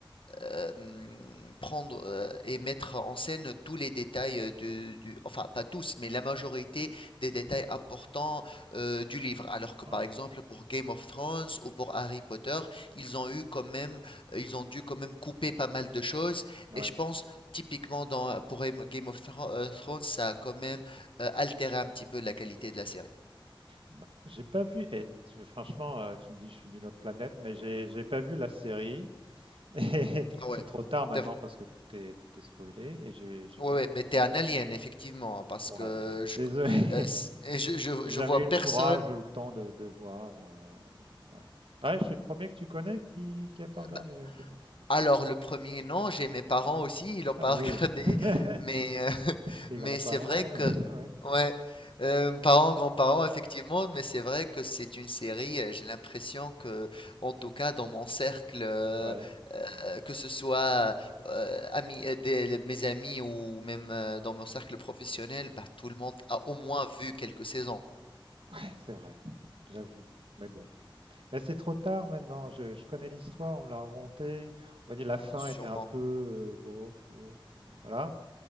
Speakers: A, on the left; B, on the right.
A: euh, hum, prendre euh, et mettre en scène tous les détails euh, de- du, enfin pas tous, mais la majorité des détails importants euh, du livre. Alors que
B: Mm.
A: par
B: Ouais.
A: exemple pour Game of Thrones ou pour Harry Potter, ils ont eu quand même, euh, ils ont dû quand même couper pas mal de choses.
B: Ouais.
A: Et je pense typiquement dans, pour Game Game of Thro- euh, Thrones, ça a quand même euh, altéré un petit peu la qualité de la série.
B: Bah, j'ai pas vu. eh, tu- franchement, euh, tu me dis je suis d'une autre planète, mais j'ai j'ai pas vu la série. <laughs> Et
A: Ah ouais.
B: c'est trop tard maintenant
A: T'es v-
B: parce que tout est tout est spoilé et j'ai j'ai
A: Ouais,
B: pas
A: ouais,
B: non
A: mais t'es
B: plus.
A: un alien, effectivement, hein, parce
B: Ouais,
A: que
B: désolé.
A: je, euh, s-
B: <laughs>
A: et je, je-
B: J'ai
A: je
B: jamais
A: vois
B: eu le
A: personne.
B: courage ou le temps de, de voir. euh, ouais. Ouais, je suis le premier que tu connais qui qui a pas regardé
A: Bah,
B: Game of Thrones.
A: alors le premier non, j'ai mes parents aussi, ils l'ont
B: Ah
A: pas
B: oui.
A: <laughs> regardé,
B: <laughs>
A: mais euh, <laughs>
B: Et Tes
A: mais
B: grands-parents.
A: c'est vrai que
B: <laughs> Ouais.
A: ouais, euh, parents, grands-parents effectivement, mais c'est vrai que c'est une série, euh, j'ai l'impression que en tout cas dans mon cercle euh,
B: Ouais.
A: euh, que ce soit euh, amis euh, des- mes amis ou même euh, dans mon cercle professionnel, bah tout le monde a au moins vu quelques saisons,
B: Ouais, c'est vrai. J'avoue. Mais bon. Là, c'est trop tard maintenant. Je, je connais l'histoire, on me l'a racontée. On va dire la fin
A: sûrement.
B: était un peu euh, bof, bof. euh, voilà.